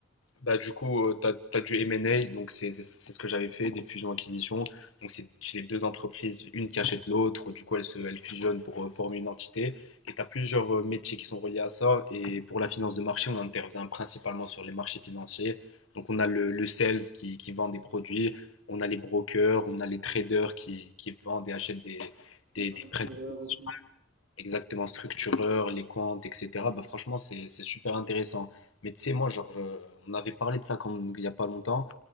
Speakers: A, on the left; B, on the right.
A: bah, du coup, tu as, du M&A, donc c'est c'est- c'est ce que j'avais fait, des fusions-acquisitions. Donc, c'est c'est les deux entreprises, une qui achète l'autre, du coup, elles, se, elles fusionnent pour euh, former une entité. Et tu as plusieurs euh, métiers qui sont reliés à ça. Et pour la finance de marché, on intervient principalement sur les marchés financiers. Donc, on a le, le sales qui, qui vend des produits, on a les brokers, on a les traders qui, qui vendent et achètent des,
B: les
A: des,
B: structureurs
A: des- prennent des positions
B: aussi.
A: exactement structureur, les comptes, etc. Bah franchement, c'est c'est super intéressant. Mais tu sais, moi, genre, euh, on avait parlé de ça quand, il n'y a pas longtemps,